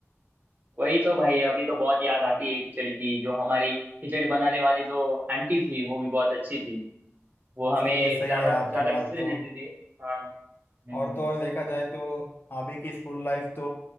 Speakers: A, on the right; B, on the left.
A: वही तो भाई अभी तो बहुत याद आती है खिचड़ी की जो हमारी खिचड़ी बनाने वाली जो आंटी थी वो भी बहुत अच्छी थी वो हमें
B: सही है सही
A: ज्यादा
B: है आपकी
A: ज्यादा खिचड़ी
B: बात तो
A: देती थी हाँ हम्म।
B: और तो और देखा जाए तो अभी की स्कूल लाइफ तो